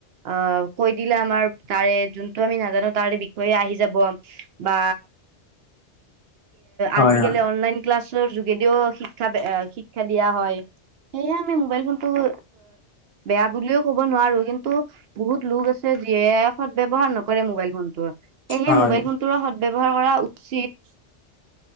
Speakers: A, on the right; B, on the left.
A: অ কৈ দিলে আমাৰ তাৰে যোনটো আমি নাজানো তাৰ বিষয়ে আহি যাব, বা
B: হয়
A: আজিকালি
B: হয়।
A: অনলাইন ক্লাছ যোগেদিও শিক্ষা আ শিক্ষা দিয়া হয়। সেয়ে আমি মোবাইল ফোনটো উ বেয়া বুলিও ক'ব নোৱাৰো, কিন্তু বহুত লোক আছে যিয়ে সত ব্যৱহাৰ নকৰে মোবাইল ফোনটো। সেয়হে
B: হয়
A: মোবাইল ফোনটোৰ সত ব্যৱহাৰ কৰা উচিত।